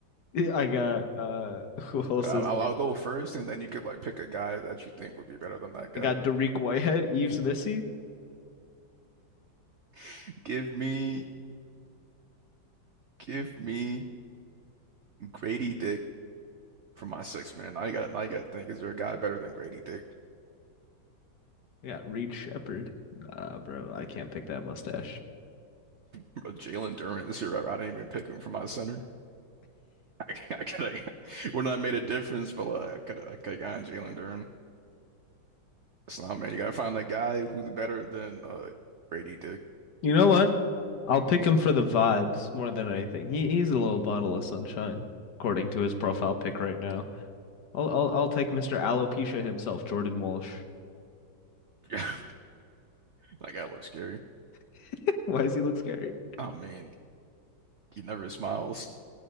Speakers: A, on the left; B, on the right.
A: Yeah, I got uh <laughs> who else
B: I'll,
A: is named?
B: I'll go
A: there?
B: first, and then you could like pick a guy that you think would be better than that guy.
A: I got Dariq Whitehead, Eves Missy.
B: <laughs> Give me, give me Grady Dick for my six man. I got, I got to think, is there a guy better than Grady Dick?
A: I got Reed Shepherd. Nah, bro, I can't pick that mustache.
B: Bro, Jalen Durant this year, I, I didn't even pick him for my center. <laughs> I, I could have, would not have made a difference, but like, I could have, I could have gotten Jalen Durant. It's not, man. You gotta find that guy who's better than uh, Grady Dick.
A: You know what? I'll pick him for the vibes more than anything. He he's a little bottle of sunshine, according to his profile pic right now. I'll I'll I'll take Mr. Alopecia himself, Jordan Walsh.
B: <laughs> That guy looks scary.
A: <laughs> Why does he look scary?
B: I mean, he never smiles.